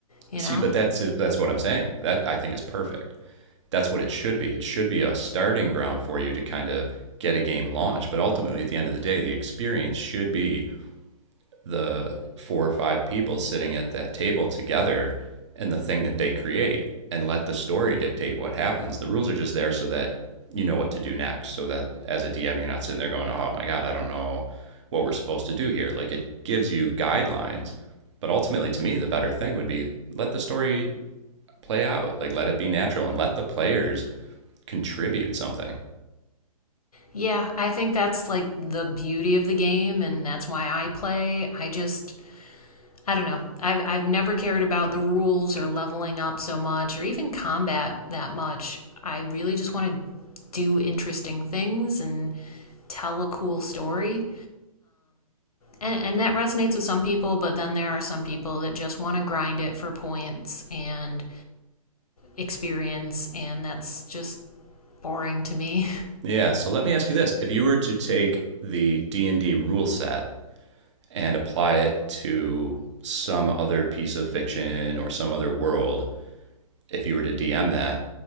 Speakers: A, on the left (about 70°); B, on the right (about 50°).
A: you
B: See,
A: know?
B: but that's that's what I'm saying. That I think is perfect. That's what it should be. It should be a starting ground for you to kind of get a game launched, but ultimately at the end of the day, the experience should be the four or five people sitting at that table together and the thing that they create and let the story dictate what happens. The rules are just there so that you know what to do next. So that as a DM, you're not sitting there going, oh my God, I don't know what we're supposed to do here. Like it gives you guidelines. But ultimately, to me, the better thing would be let the story play out, like let it be natural and let the players contribute something.
A: Yeah, I think that's like the beauty of the game, and that's why I play. I just, I don't know. I've, I've never cared about the rules or leveling up so much or even combat that much. I really just want to do interesting things and tell a cool story. And, and that resonates with some people, but then there are some people that just want to grind it for points and experience, and that's just boring to me.
B: Yeah, so let me ask you this. If you were to take the D&D rule set and apply it to some other piece of fiction or some other world, if you were to DM that,